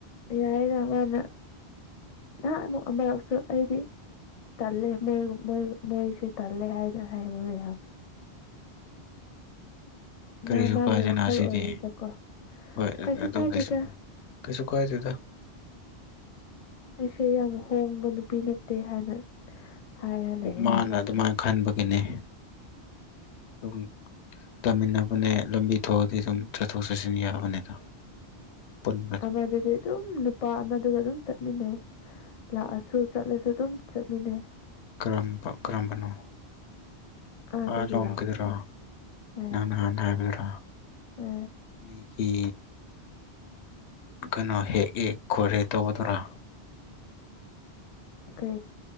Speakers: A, on the left (about 45°); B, on the left (about 85°).
A: ꯌꯥꯏꯔ ꯃꯥꯅ ꯅꯍꯥꯛ ꯑꯃꯨꯛ ꯑꯃꯔꯛꯁꯨ ꯑꯩꯗꯤ ꯇꯜꯂꯦ ꯃꯣꯏꯣꯏ ꯃꯣꯏꯁꯤꯦ ꯇꯜꯂꯦ ꯍꯥꯏꯗꯅ ꯍꯥꯏꯕꯅꯦ ꯌꯥꯝ
B: ꯀꯔꯤꯁꯨ
A: ꯃꯥ ꯃꯥꯒꯤ
B: ꯀꯥꯗꯦꯅ
A: ꯋꯥꯈꯜ
B: ꯁꯤꯗꯤ
A: ꯑꯣꯏꯔꯦꯗꯀꯣ
B: ꯍꯣꯏ
A: ꯀꯩꯁꯨ
B: ꯑꯗꯨꯕꯨꯗꯤ
A: ꯀꯥꯏꯗꯦꯗ
B: ꯁꯨꯝ ꯀꯩꯁꯨ ꯀꯥꯏꯗꯣꯏꯗ
A: ꯑꯩꯁꯦ ꯌꯥꯝ ꯍꯣꯡꯕ ꯅꯨꯄꯤ ꯅꯠꯇꯦ ꯍꯥꯏꯅ ꯍꯥꯏꯔ ꯂꯩꯕꯋꯥꯅꯤꯗ
B: ꯃꯥꯅ ꯑꯗꯨꯃꯥꯏꯅ ꯈꯟꯕꯒꯤꯅꯤ ꯑꯗꯨꯝ ꯇꯝꯃꯤꯟꯅꯕ ꯅꯦ ꯂꯝꯕꯤ ꯊꯑꯗꯤ ꯑꯗꯨꯝ ꯆꯠꯊꯣꯛ ꯆꯠꯁꯤꯟ ꯌꯥꯕꯅꯤꯗ ꯄꯨꯟꯕꯗ
A: ꯑꯃꯗꯨꯗꯤ ꯑꯗꯨꯝ ꯅꯨꯄꯥ ꯑꯃꯗꯨꯒ ꯑꯗꯨꯝ ꯆ ꯆꯠꯃꯤꯟꯅꯩ ꯂꯥꯛꯑꯁꯨ ꯆꯠꯂꯁꯨ ꯑꯗꯨꯝ ꯆꯠꯃꯤꯟꯅꯩ
B: ꯀꯔꯝꯕ ꯀꯔꯝꯕꯅꯣ
A: ꯑꯥꯗꯒꯤ
B: ꯑꯥ ꯂꯣꯝꯈꯤꯗꯔꯣ
A: ꯂꯥꯛꯄꯗꯣ ꯑ
B: ꯅꯥꯟ ꯍ ꯍꯥꯏꯕꯤꯌ꯭ꯔ
A: ꯑ
B: ꯃꯤꯒꯤ ꯀꯒꯅꯣ ꯍꯦꯛꯑ ꯈꯣꯏꯍꯦ ꯇꯧꯒꯗꯔꯥ
A: ꯑꯩꯈꯦ